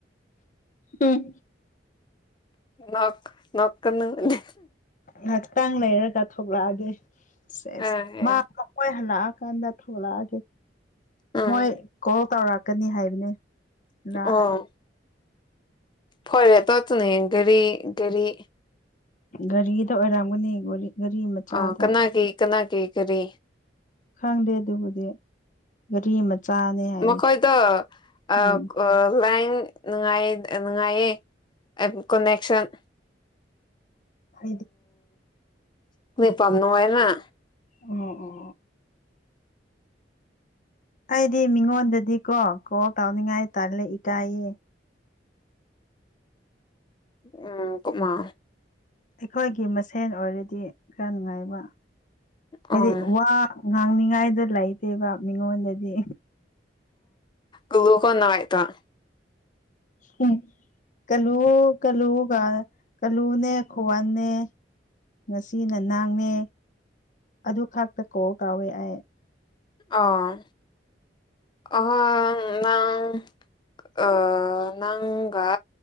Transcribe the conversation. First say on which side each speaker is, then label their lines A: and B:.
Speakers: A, on the left (about 45°); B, on the left (about 25°).
A: ꯎꯝ
B: ꯅꫭꯛ ꯅꯣꯛꯀꯅꫭ
A: ꯉꯥꯏꯍꯥꯛꯇꯪ ꯂꯩꯔꯒ ꯊꯣꯛꯂꯛꯑꯒꯦ ꯁꯦꯁ
B: ꯑ
A: ꯃꯥꯗꫭ
B: ꯑ
A: ꯃꫭꯏ ꯍꯜꯂꯛꯑꯀꯥꯟꯗ ꯊꯣꯛꯠꯂꯛꯑꯒꯦ
B: ꯎꯝ
A: ꯃꯣꯏ ꯀꯣꯜ ꯇꯧꯔꯛꯀꯅꯤ ꯍꯥꯏꯕꯅꯦ ꯂꯥꯛ
B: ꯑꯣ ꯐꯔꯦ ꯇꯣꯠꯇꯨꯅꯦ ꯒꯥꯔꯤ ꯒꯥꯔꯤ
A: ꯒꯥꯔꯤꯗ ꯑꯣꯏꯔꯝꯒꯅꯤ ꯒꯥꯔꯤ ꯒꯥꯔꯤ ꯃꯆꯥꯗ
B: ꯑꯥ ꯀꯅꯥꯒꯤ ꯀꯅꯥꯒꯤ ꯒꯥꯔꯤ
A: ꯈꯪꯗꯦ ꯑꯗꯨꯕꯨꯗꯤ ꯒꯥꯔꯤ ꯃꯆꯥꯅꯦ ꯍꯥꯏꯌꯦ
B: ꯃꯈꯣꯏꯗꫭ ꯑꯥ
A: ꯎꯝ
B: ꯂꯥꯏꯟ ꯅꯨꯡꯉꯥꯏ ꯅꯨꯡꯉꯥꯏꯌꯦ ꯀꯅꯦꯛꯁꯟ
A: ꯍꯥꯏꯗꯤ
B: <unintelligible>
A: ꯑꯣ ꯑꯣ ꯑꯩꯗꯤ ꯃꯤꯉꯣꯟꯗꯗꯤ ꯀꯣ ꯀꯣꯜ ꯇꯥꯎꯅꯤꯡꯉꯥꯏ ꯇꯜꯂꯦ ꯏꯀꯥꯏꯌꯦ
B: ꯎꯝ ꯀꫭꯛꯃꯥ
A: ꯑꯩꯈꯣꯏꯒꯤ ꯃꯁꯦꯟ ꯑꯣꯏꯔꯗꯤ ꯈꯔ ꯅꯨꯡꯉꯥꯏꯕ
B: ꯎꯝ
A: ꯍꯥꯏꯗꯤ ꯋꯥ ꯉꯥꯡꯅꯤꯉꯥꯏꯗꯣ ꯂꯩꯇꯦꯕ ꯃꯤꯉꯣꯟꯗꯗꯤ
B: ꯑ ꯎ ꯀꯣꯟꯅꯥꯋꯥꯥꯏꯇꯣ <unintelligible>
A: ꯍꯝ ꯀꯂꯨ ꯀꯂꯨꯒ ꯀꯂꯨꯅꯦ ꯈꯣꯋꯟꯅꯦ ꯉꯁꯤꯅ ꯅꯪꯅꯦ ꯑꯗꯨꯈꯥꯛꯇ ꯀꫭꯜ ꯇꯥꯎꯋꯦ ꯑꯩ
B: ꯑꫭ ꯑꯥ ꯅꯪ ꯑꯥ ꯅꯪꯒ